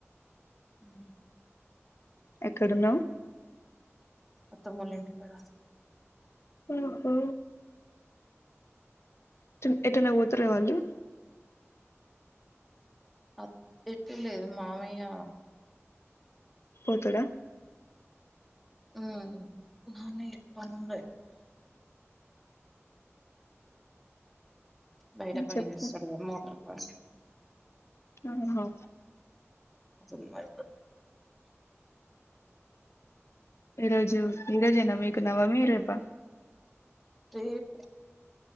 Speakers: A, in the centre; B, on the left.
A: మ్మ్
B: ఎక్కడున్నామ్
A: అత్తమ్మలింట్కాడా
B: మ్మ్ హు టు ఎటన్నా పోతారా వాళ్ళు
A: అత్ ఎటు లేదు మామయ్య
B: పోతాడా
A: మ్మ్ మామయ్యాకి పనుండాయ్ బయట పని
B: చెప్పు
A: చేస్తాడుగా మోటార్ పని
B: అవున
A: అసం అన్నాయి
B: ఈరోజు ఈరోజేనా మీకు నవమి రేపా
A: రేపు